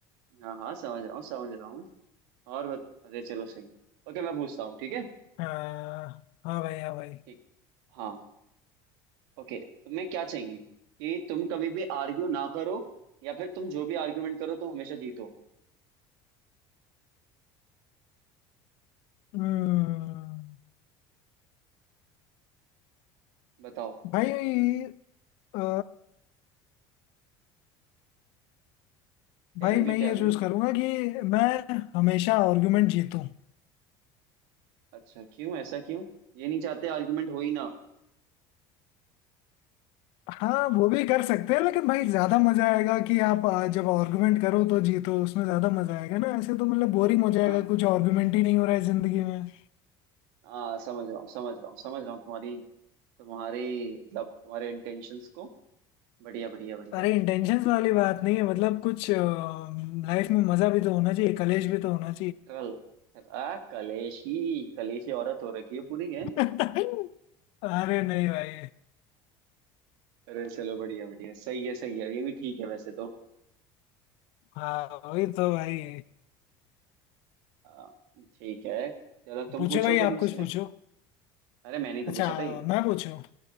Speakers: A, on the right; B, on the left.
A: हाँ हाँ समझ रहा हूँ समझ रहा हूँ और बत... अरे चलो सही है ओके मैं पूछता हूँ ठीक है
B: हाँ हाँ भाई हाँ भाई
A: ठीक हाँ ओके तुम्हें क्या चाहिए कि तुम कभी भी आर्ग्यू ना करो या फिर तुम जो भी आर्ग्यूमेंट करो तुम हमेशा जीतो
B: हम्म
A: बताओ
B: भाई अ, भाई
A: Tell me
B: मैं ये
A: tell
B: चूज
A: me
B: करूंगा कि मैं हमेशा आर्गुमेंट जीतूं
A: अच्छा क्यों ऐसा क्यों ये नहीं चाहते आर्ग्यूमेंट हो ही ना
B: हाँ वो भी कर सकते हैं लेकिन भाई ज्यादा मजा आएगा कि आप अ, जब आर्गुमेंट करो तो जीतो उसमें ज्यादा मजा आएगा ना ऐसे तो मतलब बोरिंग
A: हाँ हाँ
B: हो जाएगा कुछ आर्गुमेंट ही नहीं हो रहा है जिंदगी में
A: हाँ समझ रहा हूँ समझ रहा हूँ समझ रहा हूँ तुम्हारी तुम्हारे मतलब तुम्हारे इंटेंशंस को बढ़िया बढ़िया बढ़िया
B: अरे इंटेंशंस वाली बात नहीं है मतलब कुछ लाइफ में मजा भी तो होना चाहिए कलेश भी तो होना
A: कल आ कलेशी कलेशी औरत हो रखी है पूरी है
B: चाहिए <laughs> अरे नहीं भाई
A: अरे चलो बढ़िया बढ़िया सही है सही है ये भी ठीक है वैसे तो
B: हाँ वही तो भाई
A: आ, ठीक है चलो तुम
B: पूछो
A: पूछो
B: भाई
A: कुछ
B: आप
A: मुझसे
B: कुछ पूछो
A: अरे मैंने ही तो
B: अच्छा
A: पूछा था ये
B: मैं पूछूं